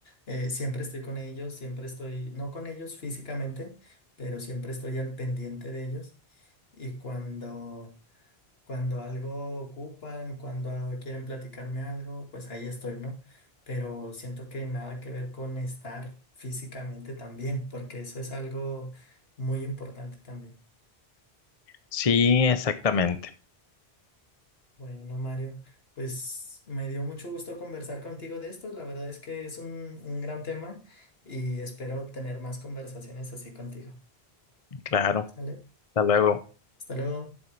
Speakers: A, on the left; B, on the left.
A: eh, siempre estoy con ellos, siempre estoy, no con ellos físicamente, pero siempre estoy al pendiente de ellos. Y cuando cuando algo ocupan, cuando quieren platicarme algo, pues ahí estoy, ¿no? Pero siento que nada que ver con estar físicamente también, porque eso es algo muy importante también.
B: Sí, exactamente,
A: Bueno, Mario, pues me dio mucho gusto conversar contigo de esto. La verdad es que es un, un gran tema y espero tener más conversaciones así contigo.
B: claro.
A: ¿Sale?
B: Hasta luego.
A: Hasta luego.